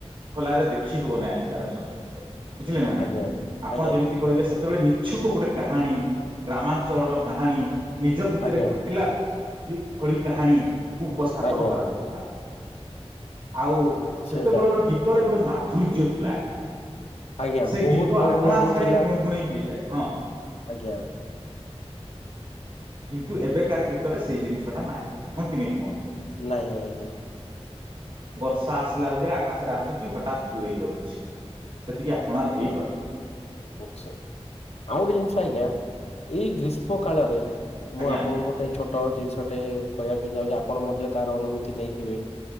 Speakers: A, on the right; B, on the left.
A: ଖୋଲାରେ ଦେଖି ହବନି ଆଜିକାର ଚଳଚିତ୍ର। ବୁଝିଲେ ନା ନାଇଁ
B: ଆଜ୍ଞା
A: ଆପଣ
B: ଆଜ୍ଞା
A: ଯେମିତି
B: ଆଜ୍ଞା
A: କହିଲେ ସେ ଗୋଟେ ନିଛୁକ ଗୋଟେ କାହାଣୀ ଗ୍ରାମାଞ୍ଚଳର କାହାଣୀ ନିଜ ଭିତରେ
B: ଆଜ୍ଞା
A: ଘଟିଲା ଭଳି କାହାଣୀ ଉପସ୍ଥି ଗ୍ରହଣ
B: ଆଜ୍ଞା
A: କରାଯାଉଥିଲା। ଆଉ ସେତେବେଳର
B: ସେଇଟା
A: ଗୀତରେ ଗୋଟେ ମା ଧୂର୍ଯ୍ୟ ପ୍ଲାଣ୍ଟ
B: ଆଜ୍ଞା
A: ସେ
B: ବହୁତ
A: ଗୀତ
B: ବଢିଆ
A: ଆପଣା
B: ଲାଗୁଥିଲା
A: ଛାଏଁ ଗୁଣୁଗୁଣେଇ ହେଇଯାଏ। ହଁ
B: ଆଜ୍ଞା
A: କିନ୍ତୁ ଏବେ କାର ଗୀତରେ ସେଇ ଜିନିଷ ଟା ନାହିଁ ହଁ କି ନେଇ କୁହ
B: ନାହିଁ ଆଜ୍ଞା
A: ର୍ଷା ଆସିଲା ଭଳି ଆକାଶରେ ଆସୁଛି ହଠାତ୍ ଦୂରେଇ ଯାଉଛି। ସେତିକି ଆପଣାର ହେଇପାରୁ
B: ଆଉ ଗୋଟେ ଜିନିଷ ଆଜ୍ଞା ଏଇ ଗ୍ରୀଷ୍ମ କାଳରେ ମୁଁ
A: ଆଜ୍ଞା
B: ଆପଣଙ୍କୁ ଗୋଟେ ଛୋଟ ଜିନିଷଟେ କହିବା ପାଇଁ ଯାଉଛି ଆପଣ ମଧ୍ୟ ତାର ଅନୁଭୂତି ନେଇଥିବେ